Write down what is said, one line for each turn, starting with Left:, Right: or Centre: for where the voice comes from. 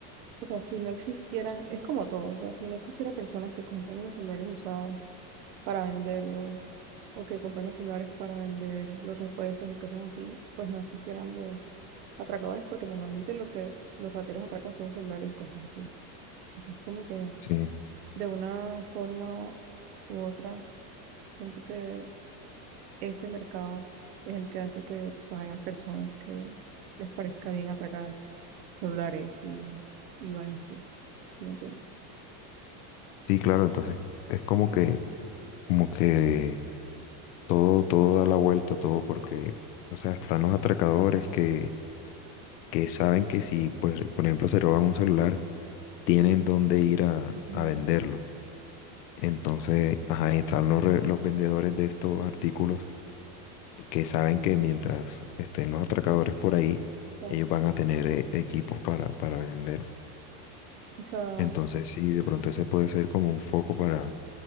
Right: o sea, si no existieran, es como todo, o sea, si no existiera personas que compran unos celulares usados para venderlo o que compran celulares para vender los repuestos y cosas así, pues no existieran los atracadores porque normalmente lo que los rateros atracan son celulares y cosas así. Entonces, como que
Left: Sí,
Right: de una forma u otra, siento que ese mercado es el que hace que pues, hayan personas que les parezca bien atracar celulares y, y vainas así, si me entiendes.
Left: sí, claro, entonces es como que, como que todo, todo da la vuelta, todo, porque, o sea, están los atracadores que, que saben que si, pues, por ejemplo, se roban un celular, tienen dónde ir a,
Right: Ujú.
Left: a venderlo. Entonces, ajá, y están los, re- los vendedores de estos artículos que saben que mientras estén los atracadores por ahí,
Right: claro.
Left: ellos van a tener eh, equipos para, para vender.
Right: O sea,
Left: Entonces, sí, de pronto ese puede ser como un foco para,